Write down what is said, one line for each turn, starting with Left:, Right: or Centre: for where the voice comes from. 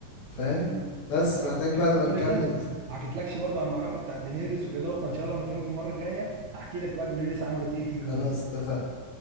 Left: فاهم
Right: مظبوط بس
Left: بس
Right: انا
Left: محتاج بقى
Right: شفت
Left: نبقى
Right: كل
Left: نكمل
Right: ده ما حكيتلكش برضه عن المعركه بتاع دينيريس وكده فان شاء الله لما اكلمك المره الجايه هحكي لك بقى دينيريس عملت ايه فيهم
Left: خلاص
Right: وكده
Left: اتفقنا